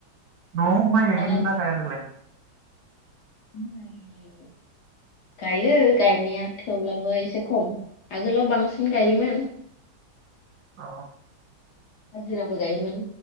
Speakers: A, on the left (about 65°); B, on the right (about 80°).
A: औ
B: न'आव माइ गायगोन
A: दालाय
B: ना गाया नोंलाय?
A: माइ गायो गायनाया थेवब्लाबो एसे खम आगोलाव बांसिन गायोमोन।
B: अ।
A: हाजिराबो गायोमोन।